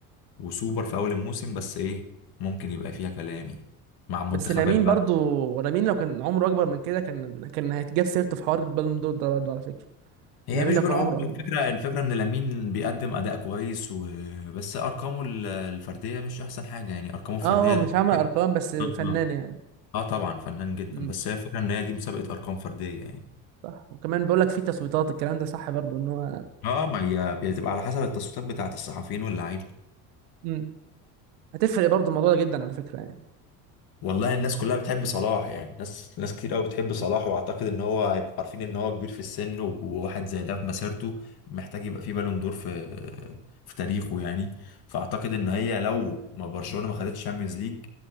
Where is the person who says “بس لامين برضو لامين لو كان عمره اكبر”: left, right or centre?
Right